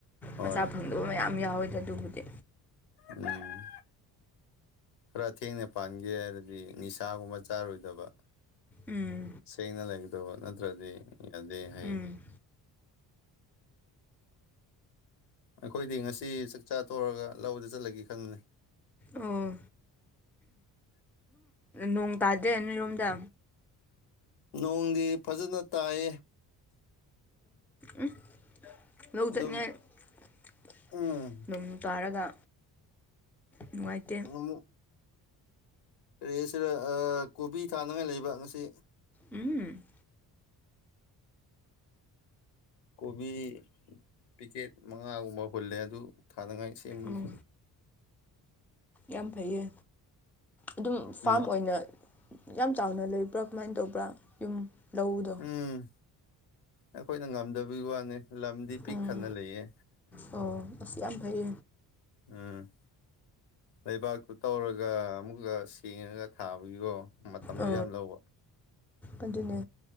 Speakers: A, on the left; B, in the centre.
A: ꯍꯣꯏ
B: ꯃꯆꯥ ꯐꯪꯗꯕ ꯃꯌꯥꯝ ꯌꯥꯎꯋꯦꯗ ꯑꯗꯨꯕꯨꯗꯤ
A: ꯎꯝ ꯈꯔ ꯊꯦꯡꯅ ꯄꯥꯟꯒꯦ ꯍꯥꯏꯔꯗꯤ ꯅꯤꯁꯥꯒꯨꯝꯕ ꯆꯥꯔꯣꯏꯗꯕ
B: ꯎꯝ
A: ꯁꯦꯡꯅ ꯂꯩꯒꯗꯧꯕ ꯅꯠꯇ꯭ꯔꯗꯤ ꯌꯥꯗꯦ ꯍꯩ
B: ꯎꯝ
A: ꯑꯩꯈꯣꯏꯗꯤ ꯉꯁꯤ ꯆꯥꯛꯆꯥ ꯇꯧꯔꯒ ꯂꯧꯕꯗ ꯆꯠꯂꯒꯦ ꯈꯟꯕꯅꯦ
B: ꯑꯥ ꯅꯣꯡ ꯇꯥꯗ꯭ꯔꯦ ꯅꯣꯏꯔꯣꯝꯗ
A: ꯅꯣꯡꯗꯤ ꯐꯖꯅ ꯇꯥꯏ
B: ꯑꯣ ꯂꯧ
A: ꯑꯗꯨꯝ
B: ꯆꯠꯉꯥꯏ ꯑꯗꯨꯝ
A: ꯎꯝ
B: ꯇꯥꯔꯒ ꯅꯨꯡꯉꯥꯏꯇꯦ
A: ꯑꯃꯨꯛ ꯀꯔꯤ ꯁꯤꯗ ꯀꯣꯕꯤ ꯊꯥꯅꯉꯥꯏ ꯂꯩꯕ ꯉꯁꯤ
B: ꯎꯝ
A: ꯀꯣꯕꯤ ꯄꯤꯀꯦꯠ ꯃꯉꯥꯒꯨꯝꯕ ꯍꯨꯜꯂꯦ ꯑꯗꯨ ꯊꯥꯅꯉꯥꯏ ꯁꯦꯝꯅꯤ
B: ꯑꯣ ꯌꯥꯝ ꯐꯩꯌꯦ ꯑꯗꯨꯝ
A: ꯎꯝ
B: ꯐꯥꯝ ꯑꯣꯏꯅ ꯌꯥꯝ ꯆꯥꯎꯅ ꯂꯩꯕ꯭ꯔꯥ ꯀꯃꯥꯏꯅ ꯇꯧꯕ꯭ꯔꯥ ꯌꯨꯝ ꯂꯧꯗꯣ
A: ꯎꯝ ꯑꯩꯈꯣꯏꯅ ꯉꯝꯗꯕꯒꯤ ꯋꯥꯅꯤ ꯂꯝꯗꯤ ꯄꯤꯛ
B: ꯎꯝ
A: ꯊꯅ ꯂꯩꯌꯦ
B: ꯑꯣ ꯑꯁ ꯌꯥꯝ ꯐꯩ
A: ꯎꯝ ꯂꯩꯕꯥꯛꯇꯨ ꯇꯧꯔꯒ ꯑꯃꯨꯛꯀ ꯁꯦꯡꯉꯒ ꯊꯥꯕꯒꯤꯀꯣ ꯃꯇꯝꯗꯣ
B: ꯑ
A: ꯌꯥꯝ ꯂꯧꯕ
B: ꯑꯗꯨꯅꯦ